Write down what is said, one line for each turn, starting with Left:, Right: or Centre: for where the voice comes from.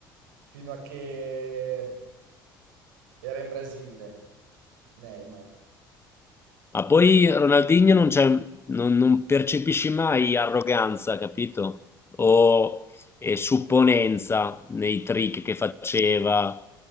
Right: fino a che era in Brasile. Neymar.
Left: Ma poi Ronaldinho non c'è, non, non percepisci mai arroganza, capito? O eh, supponenza nei trick che faceva.